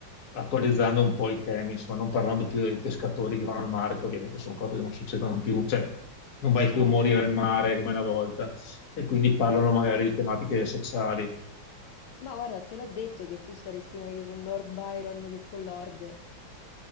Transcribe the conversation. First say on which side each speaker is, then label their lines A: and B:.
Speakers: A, on the left; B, on the left.
A: attualizzando un po' i temi, insomma, non parlando più dei pescatori che vanno al mare, che ovviamente sono cose che non succedono più, cioè non vai
B: certo.
A: più a morire al mare come una volta, e quindi parlano magari di tematiche sociali.
B: Ma guarda, te l'ho detto che tu staresti meglio con Lord Byron che con Lord.